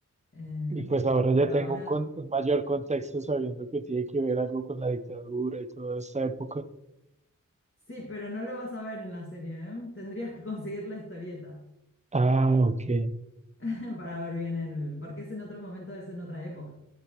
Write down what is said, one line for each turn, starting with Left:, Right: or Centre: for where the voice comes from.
Left: eh,
Right: Y pues ahora
Left: por
Right: ya
Left: ahora
Right: tengo un, con- un mayor contexto sabiendo que tiene que ver algo con la dictadura y toda esta época.
Left: sí, pero no lo vas a ver en la serie, ¿eh? Tendrías que conseguir la historieta
Right: Ah, ok,
Left: <laughs> para ver bien el, porque es en otro momento, es en otra época,